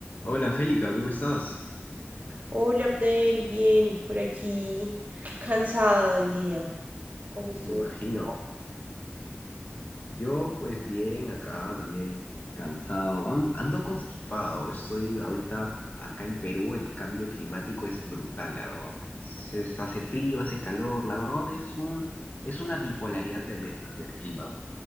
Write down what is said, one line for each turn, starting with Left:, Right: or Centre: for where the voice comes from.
Left: Hola Angélica, ¿cómo estás?
Right: Hola Abdel, bien, por aquí, cansada del día. ¿Cómo estuvo?
Left: Me imagino.
Right: tu día?
Left: Yo, pues bien, acá también cansado. An- Ando constipado. Estoy ahorita acá en Perú. El cambio climático es brutal, la verdad. Se, se hace frío, hace calor. La verdad es un, es una bipolaridad tremenda del clima.